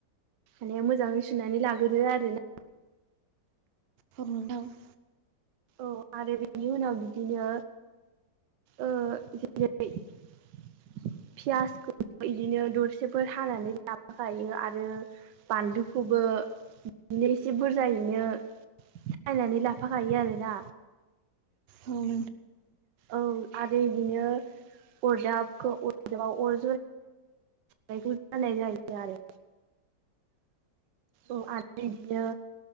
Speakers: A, on the right; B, on the right.
A: माने मोजाङै <unintelligible> सुनानै लाग्रो आरोना
B: हनथाव <inaudible>
A: औ आरो बेनि उनाव बिदिनो औ <unintelligible> पियासखौ बिदिनो दरसेफोर हानानै लाबोखायो आरो बानलुखौबो बिदिनो एसे बुरजायैनो सायनानै लाफाखायो आरोना
B: उम
A: औ आरो बिदिनो अरजाबखौ अरजाबाव अर <unintelligible> जनाय ज <unintelligible> आरो औ आरो बिदिनो